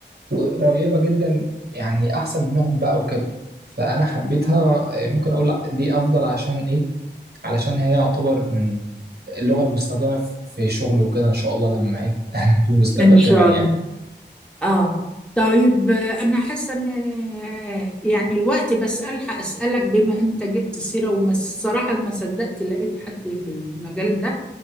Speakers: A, on the right (about 60°); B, in the centre.
A: وقريبة جدا يعني أحسن منهم بقى وكده فأنا حبيتها ممكن أقول لأ، دي أفضل عشان إيه علشان هي يعتبر من اللغة المستخدمة في شغلي وكده إن شاء الله لما إيه <laughs> في المستقبل
B: ان شاء
A: كمان
B: الله
A: يعني
B: اه طيب آه، انا حاسه ان آه، يعني الوقت بس الحق اسالك بما انت جبت سيره وما الصراحه ما صدقت لقيت حد في المجال ده